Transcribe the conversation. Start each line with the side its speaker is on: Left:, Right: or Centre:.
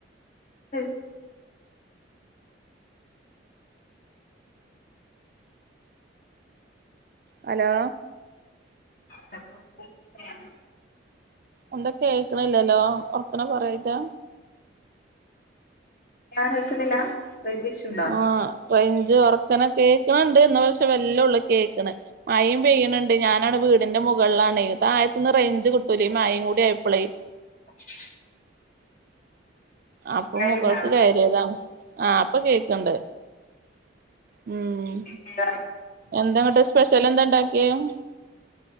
Left: ക്ലിയർ
Right: ഹലോ
Left: ഹലോ ഏഹ്
Right: എന്താ കേക്കണില്ലല്ലോ ഒറക്കനെ പറയായിട്ടാ?
Left: ല്ലാ കേൾക്കുന്നില്ല? റെയ്ഞ്ച് ഇഷ്യൂ ണ്ട്
Right: ആ റെയ്ഞ്ച് ഒറക്കനെ കേക്ക്ണ്ട് ഇന്ന പക്ഷെ മെല്ലോള്ളൂ കേക്കാ ക്ക്‌ണ് മഴീയ് പെയ്യിണ് ഞാനാണ് വീടിന്റെ മുകളിലാണെ. തായത്തിന്ന് റയ്ഞ്ച് കിട്ടൂലേ ഈ മയേകൂടി ആയപ്പളേ.
Left: <inaudible>
Right: അപ്പൊ
Left: മഴയുണ്ടോ
Right: മുകൾക്ക് കയറിയതാണ്. ആ ഇപ്പൊ കേക്ക്ണ്ട് ഉം.
Left: ഇല്ല,
Right: എന്താങ്ങട്ട് സ്പെഷ്യലെന്താണ്ടാക്കിയേ? <inaudible>